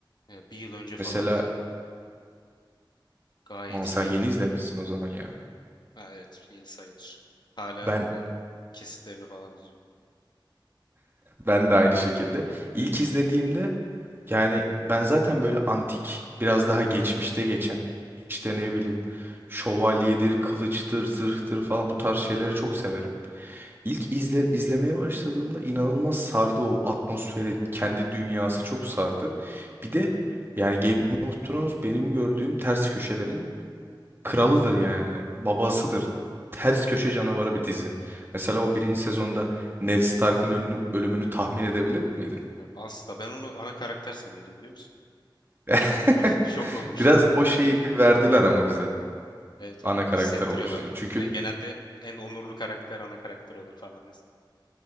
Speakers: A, on the left (about 60°); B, on the right (about 25°).
A: E, bir yıl önce falan
B: Mesela
A: izledim. Gayet
B: Aa, sen
A: iyi.
B: yeni izlemişsin o zaman ya.
A: Ha, evet yeni sayılır. Hala
B: Ben
A: e, kesitlerini falan izliyorum.
B: ben de aynı şekilde. İlk izlediğimde Yani ben zaten böyle antik, biraz daha geçmişte geçen işte ne bileyim şövalyedir, kılıçtır, zırhtır falan bu tarz şeyleri çok severim. İlk izle, izlemeye başladığımda inanılmaz sardı o atmosferi, kendi dünyası çok sardı. Bir de yani Game of Thrones benim gördüğüm ters köşelerin kralıdır yani, babasıdır. Ters köşe canavarı bir dizi. Mesela o birinci sezonda Ned Stark'ın ölüm- ölümünü tahmin edebilir miydin?
A: Ya, Asla ben onu ana karakter sanıyordum biliyor musun?
B: <laughs>
A: <laughs> Şok olmuştum
B: Biraz
A: öyle.
B: o şeyi verdiler ama bize
A: Evet
B: ana
A: onu
B: karakter
A: hissettiriyorlar.
B: oluşunu. Çünkü
A: Ya, genelde en onurlu karakter ana karakter olur falan. Yani,